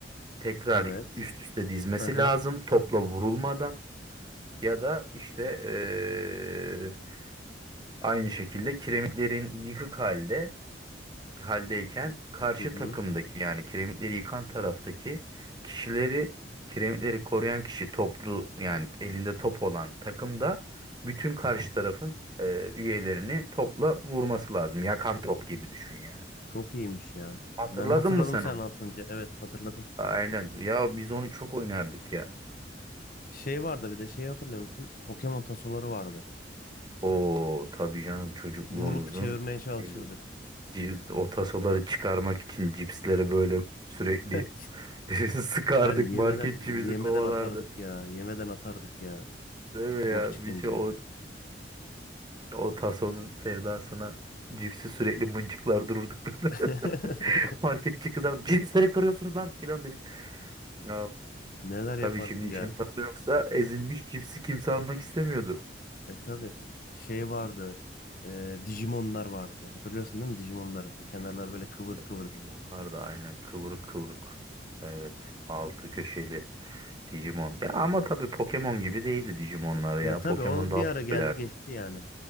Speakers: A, on the right; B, on the left.
A: tekrar
B: Evet.
A: üst üste dizmesi
B: Hı hı.
A: lazım topla vurulmadan ya da işte eee, aynı şekilde kiremitlerin yıkık halde haldeyken karşı
B: Hı hı.
A: takımdaki yani kiremitleri yıkan taraftaki kişileri kiremitleri koruyan kişi toplu yani elinde top olan takımda bütün karşı tarafın eee, üyelerini topla vurması lazım. Yakan top gibi düşün yani.
B: Çok iyiymiş ya.
A: Hatırladın
B: Ben hatırladım
A: mı sen
B: sen
A: onu?
B: anlatınca. Evet hatırladım.
A: Aynen. Ya biz onu çok oynardık ya.
B: Şey vardı bir de şeyi hatırlıyor musun? Pokemon tasoları vardı.
A: O tabii canım çocukluğumuzun
B: Vurup çevirmeye çalışırdık.
A: şey, ci- o tasoları çıkarmak için cipsleri böyle sürekli
B: <laughs>
A: <laughs> sıkardık
B: Her yemeden
A: marketçi
B: yemeden
A: bizi kovalardı.
B: atardık ya. Yemeden atardık ya.
A: Değil mi
B: Boş
A: ya?
B: çıkınca.
A: Bir şey o, o tasonun sevdasına cipsi sürekli mıncıklar dururduk böyle.
B: <laughs>
A: <laughs> Marketçi kızardı. Cipsleri kırıyorsunuz lan filan diye. Ya,
B: Neler yapardık
A: tabii şimdi için
B: ya?
A: taso yoksa ezilmiş cipsi kimse almak istemiyordu.
B: E tabi Şey vardı. E, Digimonlar vardı. Hatırlıyorsun değil mi Digimonları?
A: Digimon.
B: Kenarları böyle kıvır
A: Evet
B: kıvır.
A: Digimonlar da aynen kıvrık kıvrık. Evet altı köşeli. Digimon. Ya ama tabii Pokemon gibi değildi Digimonlar
B: Ya
A: ya. Pokemon
B: tabi o
A: daha
B: bir ara
A: popülerdi.
B: geldi geçti yani.